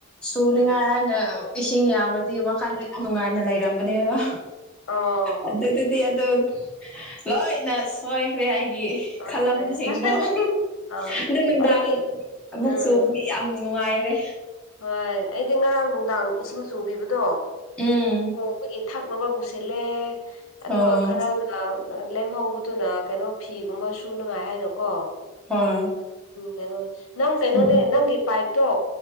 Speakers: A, in the centre; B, on the left (about 80°).
A: ꯁꯨꯅꯤꯡꯉꯥꯏ
B: ꯎꯝ
A: ꯊꯥꯏꯅ ꯏꯁꯤꯡ ꯌꯥꯝꯔꯗꯤ ꯋꯥꯈꯜꯗ ꯌꯥꯝ ꯅꯨꯡꯉꯥꯏꯅ ꯂꯩꯔꯝꯕꯅꯦꯕ
B: ꯑꯣ
A: ꯑꯗꯨꯗꯤ ꯑꯗꯨ ꯂꯣꯏꯅ ꯁꯣꯏꯈ꯭ꯔꯦ ꯑꯩꯒꯤ
B: ꯑꯁ
A: ꯈꯜꯂꯝꯕꯁꯤꯡꯗꯣ ꯑꯗꯣ
B: ꯑꯥ
A: ꯅꯨꯡꯗꯥꯡ
B: ꯑꯩꯗꯤ
A: ꯑꯃꯨꯛ
B: ꯎꯝ
A: ꯆꯨ ꯌꯥꯝ ꯅꯨꯡꯉꯥꯏꯔꯦ
B: ꯍꯣꯏ ꯑꯩꯗꯤ ꯉꯔꯥꯡ ꯅꯨꯡꯗꯥꯡ ꯏꯁꯤꯡ ꯆꯨꯕꯤꯕꯗꯣ
A: ꯎꯝ
B: ꯍꯣꯡꯕꯒꯤ ꯊꯛꯅꯕ ꯄꯨꯁꯤꯜꯂꯦ ꯑꯗꯨꯒ
A: ꯑꯣ
B: ꯈꯔꯅ ꯂꯦꯝꯍꯧꯕꯗꯨꯅ ꯀꯩꯅꯣ ꯐꯤꯒꯨꯝꯕ ꯁꯨꯅꯥꯉꯥꯏ ꯍꯥꯏꯅꯀꯣ
A: ꯍꯣꯏ
B: ꯀꯩꯅꯣꯅꯦ ꯅꯪ ꯀꯩꯅꯣꯅꯦ
A: ꯎꯝ
B: ꯅꯪꯒꯤ ꯄꯥꯏ꯭ꯞꯇꯣ